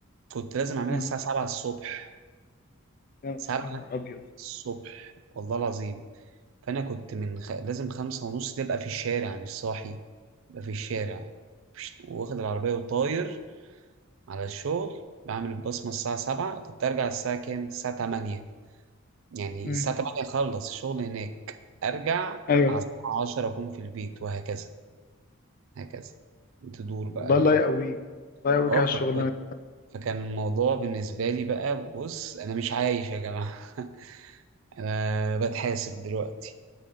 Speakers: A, on the right; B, on the left.
A: كنت لازم أعملها
B: أمم،
A: الساعة 7 الصبح
B: يا
A: 7
B: نهار ابيض
A: الصبح والله العظيم فأنا كنت من خ... لازم خمسة ونص دي أبقى في الشارع مش صاحي أبقى في الشارع بشت- واخد العربية وطاير على الشغل بعمل البصمة الساعة 7 كنت أرجع الساعة كام؟ الساعة 8 يعني
B: أمم،
A: الساعة 8 أخلص الشغل هناك أرجع
B: ايوه
A: على الساعة 10 أكون في البيت وهكذا هكذا تدور بقى
B: والله
A: الحق
B: الله يقويك الله يقويك
A: اه
B: على الشغلانه
A: فكان
B: دي.
A: فكان الموضوع بالنسبة لي بقى بص أنا مش عايش يا جماعة <laughs> أنا بتحاسب دلوقتي